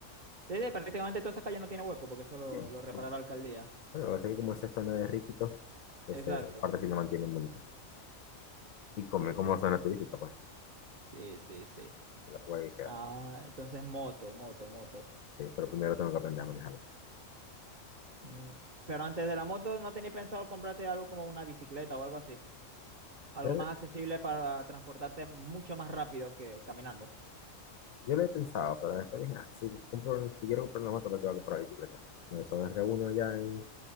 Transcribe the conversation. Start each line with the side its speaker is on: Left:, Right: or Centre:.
Right: Sí, sí, prácticamente toda esa calle no tiene hueco porque eso lo,
Left: Bien,
Right: lo repara
Left: cool.
Right: la alcaldía.
Left: Bueno, así que como esa zona de Riquitos, entonces
Right: Exacto.
Left: esa parte sí la mantienen bonita. Y como,
Right: Sí,
Left: como
Right: sí,
Left: zona turística, pues,
Right: sí, sí, sí.
Left: que la puede quedar.
Right: Ah, entonces moto, moto, moto.
Left: Sí, pero primero tengo que aprender a manejarla.
Right: Mm, Pero antes de la moto, ¿no tenías pensado comprarte algo como una bicicleta o algo así? Algo
Left: Pero
Right: más accesible para transportarte mucho más rápido que caminando.
Left: yo lo he pensado, pero después dije, ah, si, compro, si quiero comprar una moto, ¿para qué voy a comprar bicicleta? Por eso es reúno ya y